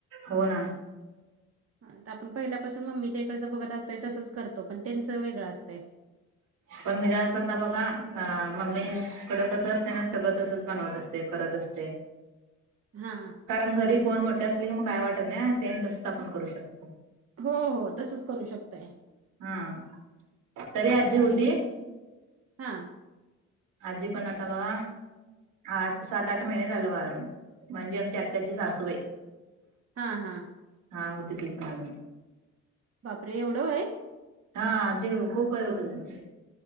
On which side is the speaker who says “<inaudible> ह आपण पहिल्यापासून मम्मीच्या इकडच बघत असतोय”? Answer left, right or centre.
Right